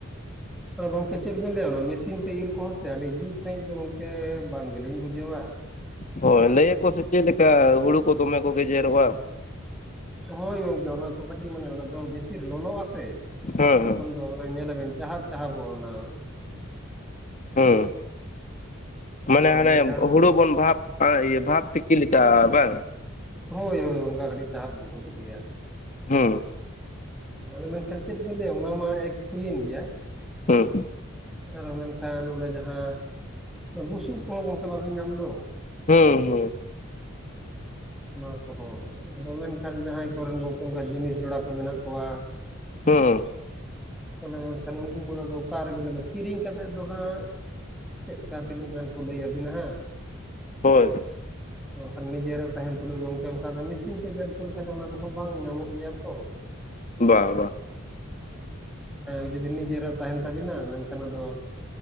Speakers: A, in the centre; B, on the left (about 35°).
A: ᱟᱫᱚ ᱜᱚᱢᱠᱮ ᱪᱮᱫ ᱵᱤᱱ ᱞᱟᱹᱭᱟ ᱚᱱᱟ ᱢᱮᱥᱤᱱ ᱛᱮ ᱤᱨ ᱠᱚᱦᱚᱸ ᱥᱮ ᱟᱹᱰᱤ ᱡᱩᱛ ᱥᱟᱺᱦᱤᱡ ᱫᱚ ᱜᱚᱢᱠᱮ ᱵᱟᱝ ᱜᱮᱞᱤᱧ ᱵᱩᱡᱷᱟᱹᱣᱟ ᱾
B: ᱦᱳᱭ ᱞᱟᱹᱭ ᱟᱠᱚ ᱥᱮ ᱪᱮᱫ ᱞᱮᱠᱟ ᱦᱩᱲᱩ ᱠᱚ ᱫᱚᱢᱮ ᱠᱚ ᱜᱮᱡᱮᱨᱚᱜᱼᱟ ᱾
A: ᱦᱳᱭ ᱜᱚᱝᱠᱮ ᱚᱱᱟ ᱠᱚ ᱠᱟᱹᱴᱤᱡ ᱢᱟᱱᱮ ᱚᱱᱟ ᱫᱚ ᱵᱷᱤᱛᱤᱨ ᱞᱚᱞᱚᱜᱼᱟᱥᱮ
B: ᱦᱮᱸ
A: ᱟᱫᱚ
B: ᱦᱮᱸ
A: ᱠᱷᱟᱱᱼᱼ ᱟᱫᱚ ᱚᱱᱟ ᱧᱮᱞᱟᱵᱤᱱ ᱪᱟᱦᱟᱵ ᱪᱟᱦᱟᱵᱚᱜᱼᱟ ᱚᱱᱟ ᱾
B: ᱦᱩᱸ ᱢᱟᱱᱮ
A: ᱟᱫᱚ
B: ᱦᱟᱱᱮ
A: ᱢᱮᱱᱠᱷᱟᱱ
B: ᱦᱩᱲᱩ ᱵᱚᱱ ᱵᱷᱟᱵᱽᱼᱼ ᱟᱨ ᱤᱭᱟᱹ ᱵᱷᱟᱵᱽ ᱛᱤᱠᱤ ᱞᱮᱠᱟ ᱵᱟᱝ?
A: ᱦᱳᱭ ᱦᱳᱭ ᱚᱱᱠᱟ ᱠᱟᱹᱴᱤᱡ ᱪᱟᱦᱟᱵ ᱜᱚᱫᱚᱜ ᱜᱮᱭᱟ ᱾
B: ᱦᱮᱸ ᱾
A: ᱟᱫᱚ ᱢᱮᱱᱠᱷᱟᱱ ᱪᱮᱫ ᱵᱤᱱ ᱞᱟᱹᱭᱟ ᱚᱱᱟ ᱢᱟ ᱮᱠ ᱦᱩᱭᱮᱱ ᱜᱮᱭᱟ ᱾
B: ᱦᱮᱸ ᱾
A: ᱟᱨᱚ ᱢᱮᱱᱠᱷᱟᱱ ᱚᱱᱮ ᱡᱟᱦᱟᱸ ᱵᱩᱥᱩᱵ ᱠᱚᱦᱚᱸ ᱜᱚᱢᱠᱮ ᱵᱟᱹᱵᱤᱱ ᱧᱟᱢ ᱫᱚ ᱾
B: ᱦᱩᱸ ᱦᱩᱸ
A: ᱚᱱᱟ ᱠᱚᱦᱚᱸ, ᱟᱫᱚ ᱢᱮᱱᱠᱷᱟᱱ ᱡᱟᱦᱟᱸᱭ ᱠᱚ ᱨᱮᱱ ᱜᱚᱝᱢᱠᱮ ᱚᱱᱠᱟ ᱡᱤᱱᱤᱥ ᱡᱚᱲᱟ ᱠᱚ ᱢᱮᱱᱟᱜ ᱠᱚᱣᱟᱜ
B: ᱦᱩᱸ
A: ᱾ <inaudible> ᱢᱮᱱᱠᱷᱟᱱ ᱩᱱᱠᱩ ᱠᱚᱫᱚ ᱟᱨᱵᱱᱟᱫᱚ <inaudible> ᱠᱤᱨᱤᱧ ᱠᱟᱛᱮᱫ ᱫᱚ ᱦᱟᱸᱜ᱾ ᱪᱮᱫ ᱠᱟ ᱛᱤᱱᱟᱹᱜ ᱜᱟᱱ ᱠᱚ ᱞᱟᱹᱭ ᱟᱹᱵᱤᱱᱟ ᱦᱟᱸᱜ᱾
B: ᱦᱳᱭ
A: ᱚ ᱱᱤᱡᱮᱨᱟᱜ <inaudible> ᱛᱟᱦᱮᱱ ᱛᱩᱞᱩᱡ ᱜᱚᱝᱠᱮ, ᱚᱱᱠᱟ ᱢᱮᱥᱤᱱ ᱛᱮ ᱜᱮᱫ ᱦᱚᱪᱚ ᱞᱮᱠᱷᱟᱡ ᱫᱚ ᱚᱱᱟ ᱠᱚᱦᱚᱸ ᱵᱟᱝ ᱧᱟᱢᱚᱜ ᱜᱮᱭᱟ ᱛᱚ ᱾
B: ᱵᱟ ᱵᱟ᱾
A: <inaudible> ᱡᱩᱫᱤ ᱱᱤᱡᱮᱨᱟᱜ ᱛᱟᱦᱮᱱ ᱛᱟᱵᱤᱱᱟ ᱢᱮᱱᱠᱷᱟᱱ ᱟᱫᱚ᱾